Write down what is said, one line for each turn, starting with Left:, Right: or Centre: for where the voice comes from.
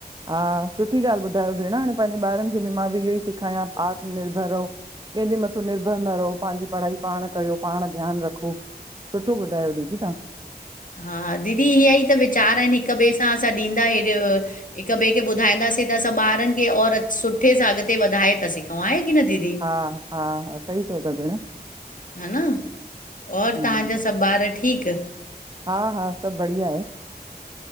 Right: हा सुठी ॻाल्ह ॿुधायव भेंण हाणे पंहिंजे ॿारन खे मां बि इहो ही सेखायां की आत्मनिर्भर रहो। केंहजे मथां निर्भर न रहो। पंहिंजी पढ़ाई पाण कयो। पाण ध्यान रखो। सुठो ॿुधायो दीदी तव्हां।
Left: हा दीदी इयही त विचार आहिन हिक ॿेए सां असां ॾींदा आहि ब्यो हिक ॿे खे ॿुधाईंदासे त असां ॿारन खे और सुठे सां अगते वधाए था सघूं आहे की न दीदी
Right: हा -हा हा सही चओ त भेण।
Left: हा न और
Right: हम्म
Left: तव्हांजा सब ॿार ठीक?
Right: हा -हा सब बढ़िया आहे।